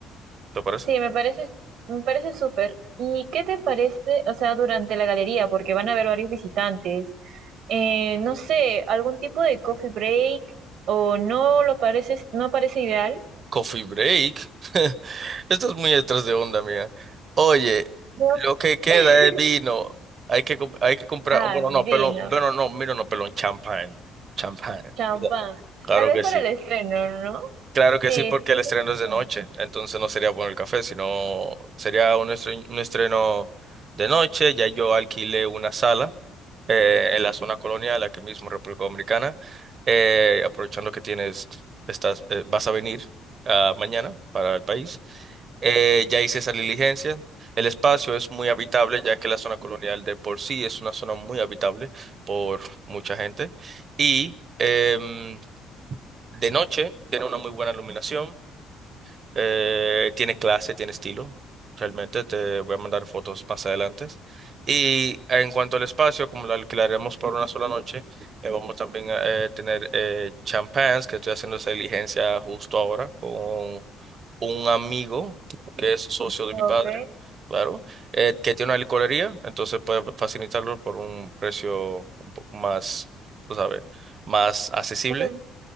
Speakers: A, on the right (about 45°); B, on the right (about 70°).
A: ¿Te parece?
B: Sí, me parece, me parece súper. ¿Y qué te parece, o sea, durante la galería? Porque van a haber varios visitantes. Eh, no sé, algún tipo de coffee break o no lo parece, no parece ideal.
A: Coffee break. <laughs> Esto es muy detrás de onda, mía. Oye,
B: No.
A: lo que queda
B: <laughs>
A: es vino. Hay que, com- hay que comprar.
B: Ah,
A: Bueno, no,
B: vino,
A: pelón. Bueno, no, mira, no, pelón. Champagne. Champagne.
B: champán.
A: Claro
B: Tal vez
A: que
B: para
A: sí.
B: el estreno, ¿no?
A: Claro que
B: Sí,
A: sí, porque
B: tienes
A: el estreno es de
B: razón.
A: noche. Entonces no sería bueno el café, sino sería un estreno, un estreno de noche. Ya yo alquilé una sala eh, en la zona colonial, aquí mismo en República Dominicana, eh, aprovechando que tienes, estás, eh, vas a venir ah, mañana para el país. Eh, ya hice esa diligencia. El espacio es muy habitable, ya que la zona colonial de por sí es una zona muy habitable por mucha gente. Y em, de noche tiene una muy buena iluminación. Eh, tiene clase, tiene estilo. Realmente te voy a mandar fotos más adelante. Y en cuanto al espacio, como lo alquilaremos por una sola noche, eh, vamos también a eh, tener eh, champans, que estoy haciendo esa diligencia justo ahora con un amigo que es socio de
B: Ok.
A: mi padre, claro, eh, que tiene una licorería, entonces puede facilitarlo por un precio un poco más, tú sabes, más accesible.
B: Entonces,